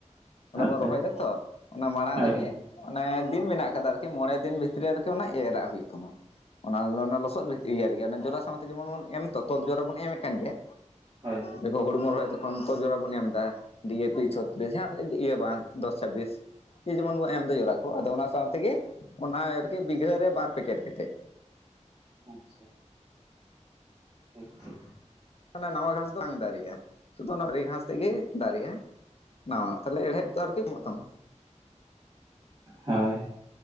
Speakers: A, on the left (about 55°); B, on the right (about 40°).
A: ᱚᱸᱰᱮ
B: ᱟᱪᱪᱷᱟ
A: ᱵᱚᱱ ᱨᱚᱦᱚᱭ ᱫᱟ ᱛᱚ ᱚᱱᱟ ᱢᱟᱲᱟᱝ
B: ᱦᱳᱭ
A: ᱨᱮᱜᱮ ᱚᱱᱮ ᱫᱤᱱ ᱢᱮᱱᱟᱜ ᱠᱟᱫᱟ ᱟᱨᱠᱤ ᱢᱚᱬᱮ ᱫᱤᱱ ᱵᱷᱤᱛᱨᱤ ᱟᱨᱠᱤ ᱚᱱᱟ ᱮᱨᱟᱜ ᱦᱩᱭᱩᱜ ᱛᱟᱢᱟ᱾ ᱚᱱᱟ ᱚᱱᱟ ᱞᱚᱥᱚᱫ ᱤᱭᱟᱹ ᱨᱮᱜᱮ ᱡᱚᱨᱟ ᱥᱟᱶᱛᱮ ᱡᱮᱢᱚᱱ ᱵᱚᱱ ᱮᱢ ᱛᱚ ᱛᱚᱞ ᱡᱚᱨᱟ ᱵᱚᱱ ᱮᱢᱮᱫ ᱠᱟᱱ ᱜᱮᱭᱟ᱾
B: ᱦᱳᱭ ᱦᱳᱭ᱾
A: ᱦᱮᱸ, ᱦᱩᱲᱩᱢᱩᱲᱩ ᱠᱷᱟᱡ ᱫᱚ ᱠᱚ ᱡᱚᱛᱚ ᱡᱚᱨᱟ ᱮᱢ ᱮᱫᱟ, ᱰᱤ. ᱮ. ᱯᱤ. ᱪᱷᱚᱛᱨᱤᱥ ᱡᱟᱦᱟᱸᱱᱟᱜ ᱢᱟᱱᱮ ᱤᱭᱟᱹ ᱵᱟᱝ ᱫᱚᱥ ᱪᱷᱟᱵᱵᱤᱥ᱾ ᱡᱮ ᱡᱮᱢᱚᱱ ᱵᱚᱱ ᱮᱢᱫᱟ ᱡᱚᱨᱟ ᱠᱚ ᱟᱫᱚ ᱚᱱᱟ ᱥᱟᱶᱛᱮᱜᱮ ᱚᱱᱟ ᱟᱨᱠᱤ ᱵᱤᱜᱷᱟᱹ ᱨᱮ ᱵᱟᱨ ᱯᱮᱠᱮᱴ ᱠᱟᱛᱮᱫ᱾
B: ᱟᱪᱪᱷᱟ᱾ ᱳᱠᱮ᱾
A: ᱚᱱᱟ ᱱᱟᱣᱟ ᱜᱷᱟᱸᱥ ᱫᱚ ᱵᱟᱝ ᱫᱟᱨᱮᱜ-ᱟ ᱥᱩᱫᱩ ᱚᱱᱟ ᱢᱟᱨᱮ ᱜᱷᱟᱸᱥ ᱛᱮᱜᱮ ᱫᱟᱨᱮᱜ-ᱟ᱾ ᱱᱟᱣᱟᱱᱟᱜ, ᱛᱟᱦᱞᱮ ᱦᱮᱲᱦᱮᱫ ᱛᱚ ᱟᱨᱠᱤ ᱠᱚᱢᱚᱜ ᱛᱟᱢᱟ᱾
B: ᱦᱳᱭ